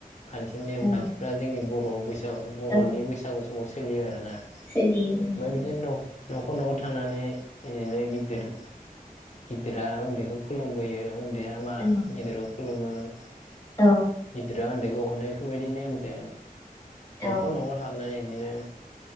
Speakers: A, on the left; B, on the left.
A: खान्थि नेम
B: औ
A: खान्थिफ्रा जोंनि बर' बैसा बर'नि
B: औ
A: बैसागु समाज सोलियो आरोना।
B: सोलियो औ।
A: ओमफ्राय बिदिनो न'खर न'खर थांनानै इदिनो गिददिर गिददिरा उन्दैखौ खुलुमबोयो उन्दैया मा
B: औ
A: गिदिरखौ खुलुमो। <inaudible>
B: औ
A: गिददिरा ओन्दै औ नो बेफोरबायदि नेमजों
B: औ
A: नखर नखर हाबनानै बिदिनो